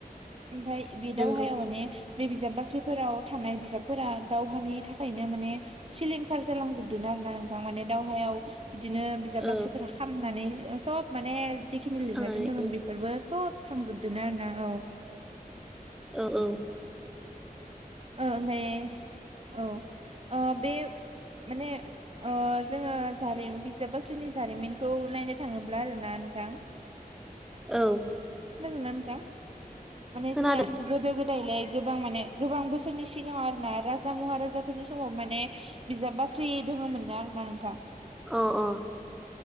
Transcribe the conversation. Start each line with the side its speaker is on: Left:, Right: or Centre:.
Right: ओमफाय बि दावहाय
Centre: नंगौ
Right: माने बे बिजाब बाख्रिफोराव थानाय बिजाबफोरा दावहानि थाखायनो माने सिलिंखार जालांजोबदों आरो ना नोंथां माने दावहायाव बिदिनो बिजाब
Centre: औ
Right: बाख्रिफोरा खामनानै सब माने जिखिनि लिरना
Centre: खोनादों
Right: दोनदोमोन बे बेफोरबो सब थांजोबदोनो आरो ना औ।
Centre: औ औ।
Right: ओ ओमफाय औ ओ बे माने ओ जोङो जारिमिन बिजाब बाख्रिनि जारिमिनखौ नायनो थाङोब्ला आरोना नोंथां
Centre: औ।
Right: खोनादोंना नोंथा? माने
Centre: खोनादों
Right: जोंना गोदो गोदायलाय गोबां माने गोबां बोसोरनि सिगाङाव आर ना राजा महाराजाफोरनि समाव माने बिजाब बाख्रि दोङोमोननो आरोना नोंथां।
Centre: अ' अ'।